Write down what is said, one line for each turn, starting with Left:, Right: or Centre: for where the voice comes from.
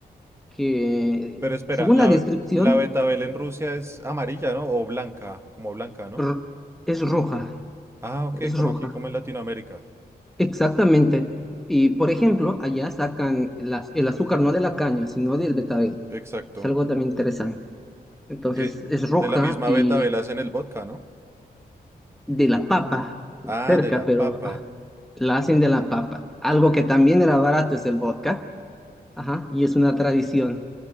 Centre: que,
Right: Pero espera,
Centre: según
Right: la,
Centre: la descripción,
Right: la betabel en Rusia es amarilla, ¿no? O blanca, como blanca, ¿no?
Centre: r- es roja,
Right: Ah, ok,
Centre: es
Right: como
Centre: roja.
Right: aquí, como en Latinoamérica.
Centre: Exactamente. Y por ejemplo, allá sacan el, az- el azúcar no de la caña, sino del betabel.
Right: Exacto.
Centre: Es algo también interesante. Entonces
Right: Y de
Centre: es roja
Right: de la misma
Centre: y
Right: betabel hacen el vodka, ¿no?
Centre: de la papa,
Right: Ah,
Centre: cerca,
Right: de la
Centre: pero
Right: papa.
Centre: ah, la hacen de la papa. Algo que también era barato es el vodka. Ajá, y es una tradición